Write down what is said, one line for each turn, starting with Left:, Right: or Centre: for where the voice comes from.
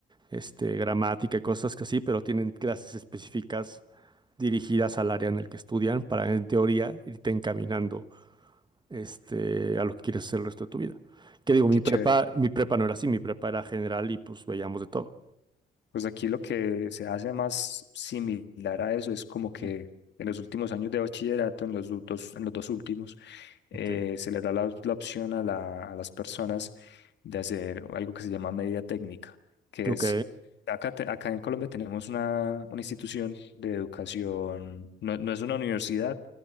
Right: este, gramática y cosas que así, pero tienen clases específicas dirigidas al área en el que estudian para, en teoría, irte encaminando, este, a lo que quieres hacer el resto de tu vida. Que digo, mi
Left: qué
Right: prepa,
Left: chévere.
Right: mi prepa no era así, mi prepa era general y pues veíamos de todo.
Left: Pues aquí lo que se hace más similar a eso es como que
Right: Mm.
Left: en los últimos años de bachillerato, en los du- dos, en los dos últimos, eh,
Right: Ok.
Left: se le da la, la opción a, la- a las personas de hacer algo que se llama media técnica, que
Right: Ok,
Left: es, acá, te- acá en Colombia tenemos una, una institución de educación, no, no es una universidad,